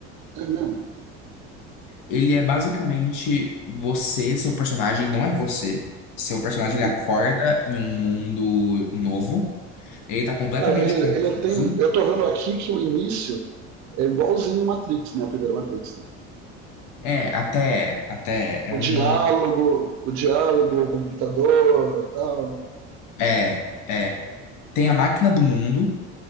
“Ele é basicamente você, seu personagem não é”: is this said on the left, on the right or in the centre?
Left